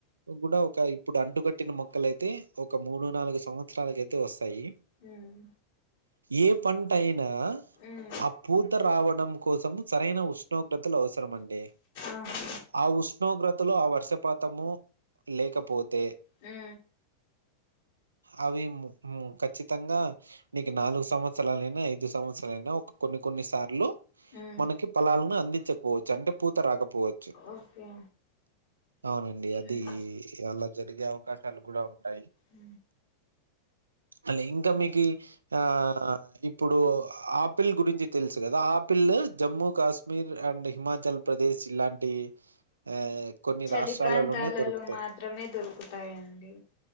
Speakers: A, on the right; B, on the left.
A: కూడా ఒక ఇ ఇప్పుడు అంటుకట్టిన మొక్కల అయితే ఒక మూడు నాలుగు సంవత్సరాలకు అయితే వస్తాయి
B: మ్
A: ఏ పంట అయినా
B: ఉమ్
A: ఆ పూత రావడం కోసం సరైన ఉష్ణోగ్రతలు అవసరం అండి
B: ఆహా
A: ఆ ఉష్ణోగ్రత్ తలో ఆ వర్షపాతము లేకపోతే
B: ఆ
A: అవి మ్ ఖచ్చితంగా నీకు నాలుగు సంవత్సరాలైనా ఐదు సంవత్సరాలైనా ఒక కొన్ని కొన్ని సార్లు
B: ఉమ్
A: మనకి ఫలాలను అందించకపోవచ్చు అంటే పూత రాకపోవచ్చు
B: ఓకే
A: అవునండి అది
B: ఉమ్
A: అలా జరిగే అవకాశాలు కూడా ఉంటాయి
B: ఉ
A: అలే ఇంకా మీకి ఆ ఇప్పుడు ఆపిల్ గురించి తెలుసు కదా apple Jammu Kashmir and Himachal Pradesh ఇలాంటి ఆ కొన్ని
B: చలి
A: రాష్ట్రాలలోనే
B: ప్రాంతాలలో
A: దొరుకుతాయి
B: మాత్రమే దొరుకుతాయండి